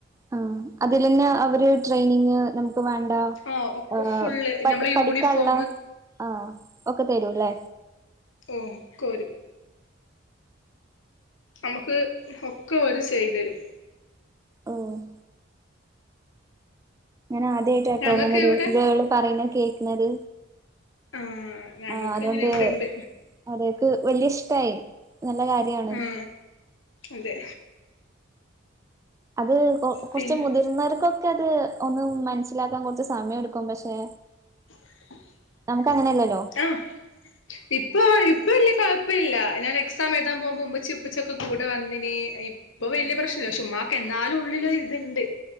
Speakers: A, on the right; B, on the left.
A: ആ അതിൽ തന്നെ അവര് ട്രെയിനിങ് നമുക്ക് വേ ലോ
B: ഓ ഒക്കെ
A: എഹ്
B: ഫുള്ള്
A: പഠി
B: നമ്മളെ
A: പഠിക്കാള്ള
B: യൂണിഫോം
A: ആഹ് ഒക്കെ തരുല്ലേ
B: ഏഹ് കോര് നമുക്ക് ഒക്കെ ഒരു ചെയ്തരും
A: ഉം ഞാനാദ്യയിട്ടാട്ടോ
B: ഞങ്ങക്ക്
A: ഇങ്ങനെ ഒരു
B: ഇവിടെ
A: ഗേള് പറയുന്ന കേക്കുന്നത്
B: ആ ഞങ്ങക്ക്
A: ആഹ് അതുകൊണ്ട്
B: ഇങ്ങനെ ഇവിടെണ്ട്
A: അതെ ക്ക് വല്യ ഇഷ്ടായി നല്ല കാര്യാണ്
B: ആ അതെ
A: അത് കൊ കൊറച്ച്
B: പിന്നെ
A: മുതിർന്നവർക്കൊക്കെ അത് ഒന്നും മനസ്സിലാക്കാൻ കുറച്ച് സമയം എടുക്കും പക്ഷെ
B: <inaudible>
A: നമുക്കങ്ങനല്ല
B: ആഹ് ഇപ്പ ഇപ്പ ഇല്ല കുഴ പ്പ ഇല്ല ഞാൻ എക്സാം എഴുതാൻ പോവുമ്പോ ഉമ്മിച്ചി ഉപ്പിച്ചൊക്കെ കൂടെ വന്നിന് ഇപ്പൊ
A: ഉം
B: വലിയ പ്രശ്നമല്ല ക്ഷേ ഉമ്മാ ക്കെന്നാലും ഉള്ളില് ഇത്ണ്ട്